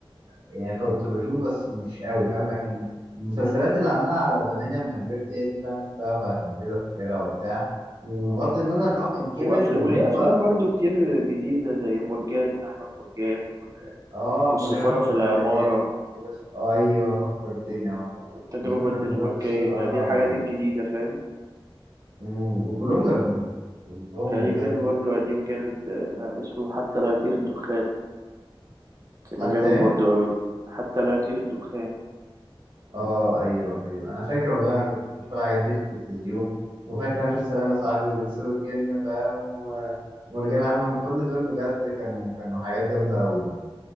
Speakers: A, on the right (about 60°); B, on the right (about 40°).
A: يعني كنت بشوف بس مش قوي فاهم لكن المسلسلات
B: امم
A: اللي عملها على زمان لما كبرت هي دي اللي انا شفتها فعشان كده فاكرها وبتاع وبغض النظر ان هو كان كبر
B: وافلام
A: يعني
B: وليه
A: هو
B: افلام برضو كتير جديده زي مرجان احمد مرجان و...
A: اه
B: والسفاره
A: مرجان احمد مرجان
B: في العماره
A: ده جامد وس- ايوه فكرتني اهو
B: والتجربه
A: دول
B: الدنماركيه
A: دول الصراحه
B: دي الحاجات الجديده فاهم
A: امم وكلهم جامدين كلهم
B: كان
A: بجد
B: ليه فيلم برضو قديم جامد آه، اسمه حتى لا يطير الدخان كان
A: حتى
B: جامد برضو قوي حتى لا يطير الدخان
A: اه ايوه ايوه انا فاكر والله انا كنت بشوف الحاجات دي في التلفزيون وفاكر انا شفت سلام يا صاحبي والانس والجن فاهم و- ومرجان احمد كل دول بجد كانوا كانوا حاجات جامده قوي